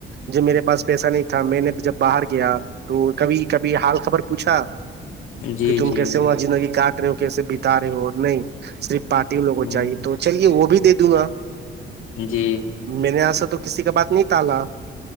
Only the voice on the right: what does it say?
جو میرے پاس پیسہ نہیں تھا میں نے جب باہر گیا تو کبھی کبھی حال خبر پوچھا
کہ تم
کیسے وہاں زندگی کاٹ رہے ہو کیسے بتا رہے ہو نہیں صرف پارٹی ان لگوں کو
چاہیے تو چلیے وہ بھی دے دوں گا
میں نے ایسا تو کسی کا بات نہیں ٹالا